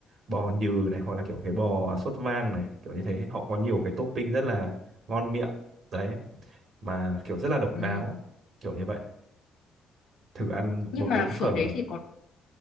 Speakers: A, on the right; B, on the left.
A: bò nhừ này hoặc là kiểu cái bò sốt vang này kiểu như thế họ có nhiều cái topping rất là ngon miệng đấy mà kiểu rất là độc
B: Ừ.
A: đáo kiểu như vậy thử ăn
B: Nhưng
A: một
B: mà
A: cái cái
B: phở
A: phở
B: đấy thì có...